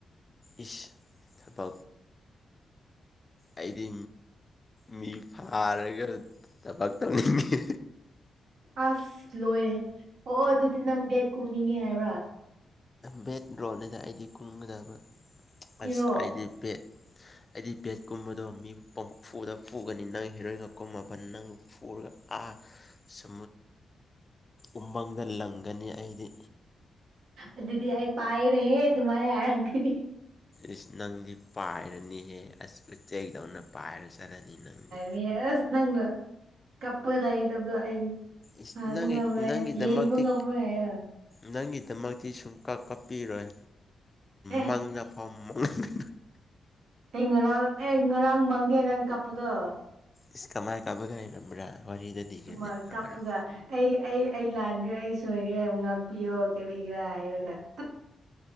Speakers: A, on the left; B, on the right.
A: ꯏꯁ ꯍꯥꯏꯕꯥꯛꯄ ꯑꯩꯗꯤ ꯃꯤ ꯐꯥꯔꯒ ꯊꯕꯛ ꯇꯧꯅꯤꯡꯉꯤ
B: ꯑꯁ ꯂꯣꯏꯔꯦ ꯑꯣ ꯑꯣ ꯑꯗꯨꯗꯤ ꯅꯪ ꯒꯦꯠ ꯀꯨꯝꯅꯤꯡꯉꯦ ꯍꯥꯏꯕ꯭ꯔꯥ
A: ꯕꯦꯠ ꯗ꯭ꯔꯣꯅꯤꯗ ꯑꯩꯗꯤ ꯀꯨꯡꯒꯗꯕ
B: ꯍꯦꯔꯣ
A: ꯑꯁ ꯑꯩꯗꯤ ꯕꯦꯠ ꯑꯩꯗꯤ ꯕꯦꯠꯀꯨꯝꯕꯗꯣ ꯃꯤꯕꯨ ꯄꯐꯨꯗ ꯄꯨꯒꯅꯤ ꯅꯪ ꯍꯦꯔꯣꯏꯟꯒ ꯀꯨꯝꯃꯕ ꯅꯪꯕꯨ ꯐꯨꯔꯒ ꯑꯥ ꯁꯨ ꯎꯃꯪꯗ ꯂꯪꯒꯅꯤ ꯑꯩꯗꯤ
B: ꯑꯗꯨꯗꯤ ꯑꯩ ꯄꯥꯏꯔꯦ ꯑꯗꯨꯃꯥꯏꯅ ꯍꯥꯏꯔꯗꯤ
A: ꯏꯁ ꯅꯪꯗꯤ ꯄꯥꯏꯔꯅꯤꯍꯦ ꯑꯁ ꯎꯆꯦꯛꯗꯧꯅ ꯄꯥꯏꯔ ꯆꯠꯂꯅꯤ ꯅꯪꯗꯤ
B: ꯁ ꯅ ꯀꯄꯗꯗꯕ
A: ꯏꯁ
B: ꯍꯥꯡꯕ
A: ꯅꯪꯒꯤ
B: ꯉꯝ꯭ꯔꯦ
A: ꯅꯪꯒꯤꯗꯃꯛꯇꯤ
B: ꯌꯦꯡꯕꯥ ꯉꯝꯔꯣꯏ ꯍꯥꯏꯌꯣ
A: ꯅꯪꯒꯤꯗꯃꯛꯇꯤ ꯁꯨꯡꯀꯞ ꯀꯞꯄꯤꯔꯣꯏ
B: ꯑꯦ
A: ꯃꯪꯗ ꯐꯥꯎ ꯃꯪꯍ
B: ꯑꯩ ꯉꯔꯥꯡ ꯑꯦ ꯉꯔꯥꯡ ꯃꯥꯡꯉꯦ ꯅꯪ ꯀꯥꯞꯄꯗꯣ
A: ꯏꯁ ꯀꯃꯥꯏ ꯀꯥꯕꯒ ꯂꯩꯔꯝꯕ꯭ꯔꯥ ꯋꯥꯔꯤꯗꯣ ꯂꯤꯒꯦꯅꯦ
B: ꯊꯃ ꯀꯄꯒ
A: ꯑꯃꯔꯛ
B: <inaudible> ꯑꯩ ꯑꯩ ꯑꯩ ꯂꯥꯟꯒꯔꯦ ꯑꯩ ꯁꯣꯏꯒꯔꯦ ꯑꯃꯨꯛ ꯉꯥꯛꯄꯤꯌꯣ ꯀꯔꯤꯒꯔꯥ ꯍꯥꯏꯔꯒ ꯇꯨꯠ